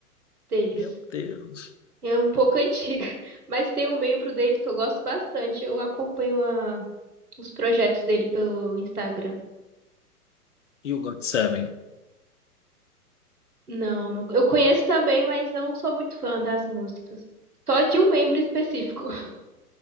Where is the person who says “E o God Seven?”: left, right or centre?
Left